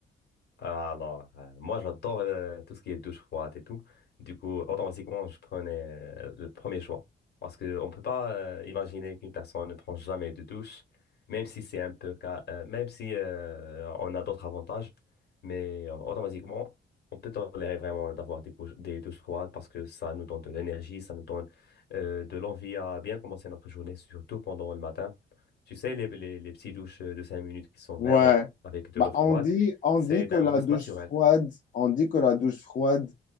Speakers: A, on the left; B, on the left.
A: Ah, alors, euh, moi j'adore euh, tout ce qui est douche froide et tout. Du coup, automatiquement, je prenais euh, le premier choix. Parce qu'on ne peut pas euh, imaginer qu'une personne ne prend jamais de douche, même si c'est un peu, ca- euh, même si euh, on a d'autres avantages. Mais euh, automatiquement, on peut tolérer vraiment d'avoir des, bouches- des douches froides parce que ça nous donne de l'énergie, ça nous donne euh, de l'envie à bien commencer notre journée, surtout pendant le matin. Tu sais, les, les, les petites douches de 5 minutes qui sont vraiment
B: Ouais.
A: avec de
B: Bah,
A: l'eau froide.
B: on dit, on
A: C'est
B: dit que
A: un
B: la
A: boost
B: douche
A: naturel.
B: froide, on dit que la douche froide